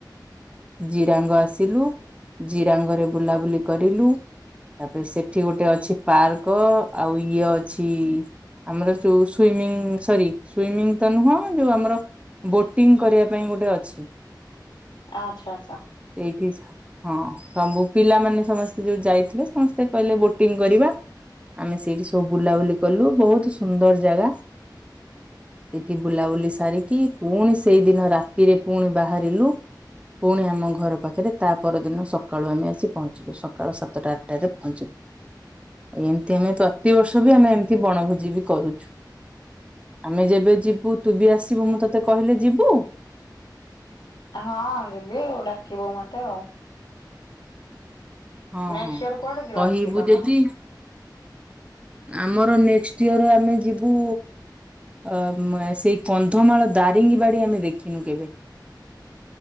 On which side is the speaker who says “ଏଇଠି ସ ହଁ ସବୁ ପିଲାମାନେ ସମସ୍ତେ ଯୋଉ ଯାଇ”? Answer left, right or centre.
Right